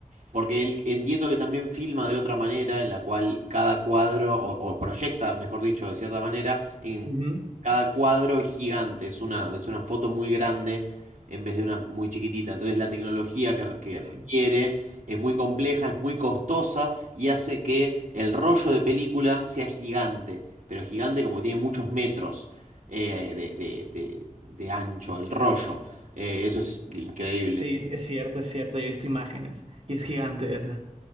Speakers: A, on the right; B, on the right.
A: porque él, entiendo que también filma de otra manera, en la cual cada cuadro, o, o proyecta, mejor dicho, de cierta manera, en
B: Ujú.
A: cada cuadro es gigante, es una, es una foto muy grande en vez de una muy chiquitita. Entonces la tecnología que, re- que
B: Sí,
A: requiere es muy compleja, es muy costosa y hace que el rollo de película sea gigante, pero gigante como que tiene muchos metros eh, de, de- de- de ancho, el rollo. Eh, eso es increíble.
B: Sí, es, es cierto, es cierto, yo he visto imágenes y es gigante esa.